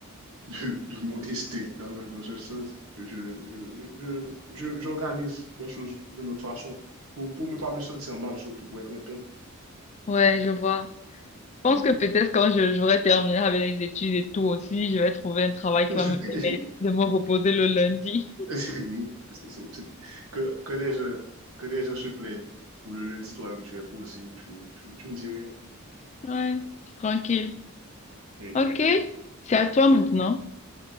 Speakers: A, on the right; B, on the left.
A: de, de mon destin dans, un- dans un sens, je, je, je, je- j'organise les choses d'une autre façon pour, pour ne pas me sentir mal, surtout pour être en paix.
B: Ouais, je vois. Je pense
A: Oui.
B: que peut-être quand je- j'aurai terminé avec les études et tout aussi, je vais trouver un travail
A: <laughs>
B: qui va me permettre de me reposer le lundi. <laughs>
A: Oui, c'est- c'est- c'est- que, que, les gens, que les gens se plaignent. Ou le lundi, toi-même, tu es posé, tu, tu, tu ne dis rien.
B: Ouais, c'est tranquille.
A: Oui,
B: Ok, c'est à toi
A: ok.
B: maintenant.